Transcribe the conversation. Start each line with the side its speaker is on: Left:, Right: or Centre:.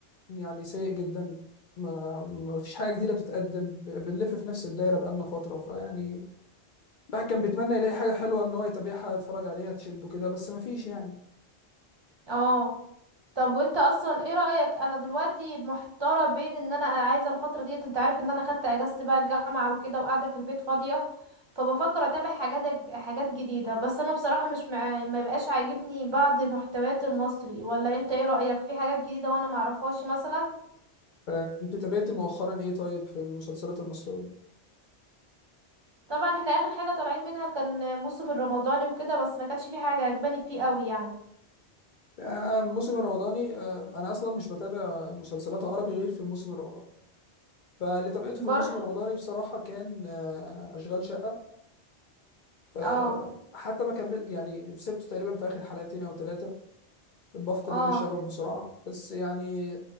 Left: يعني سيء جدا ما ما فيش حاجه جديده بتتقدم ب- بنلف في نفس الدايره بقالنا فتره فيعني الواحد كان بيتمنى يلاقي حاجه حلوه ان هو يتابعها يتفرج عليها تشده كده بس ما فيش يعني
Right: اه طب وانت اصلا ايه رأيك انا دلوقتي محتارة بين ان انا عايزة الفترة ديت انت عارف ان انا خدت اجازة بقى الجامعة وكده وقاعدة في البيت فاضية فبفكر اتابع حاجات جد- حاجات جديدة بس انا بصراحة مش مع... ما بقاش عاجبني بعض محتويات المصري ولا انت ايه رأيك في حاجات جديدة وانا معرفهاش مثلا
Left: آه، انت تابعتي مؤخرا ايه طيب في المسلسلات المصريه
Right: طبعا احنا اخر حاجة طالعين منها كان موسم الرمضاني وكده بس ما كانتش في حاجة عجباني فيه قوي يعني
Left: يعني انا الموسم الرمضاني آه، انا اصلا مش بتابع مسلسلات عربي غير في الموسم الرمضاني فاللي تابعته
Right: برضو
Left: في الموسم الرمضاني بصراحه كان آه، اشغال شقه آه،
Right: اه
Left: حتى ما كمل يعني سبته تقريبا في اخر حلقتين او ثلاثه بفقد
Right: اه
Left: انا الشغف بسرعه بس يعني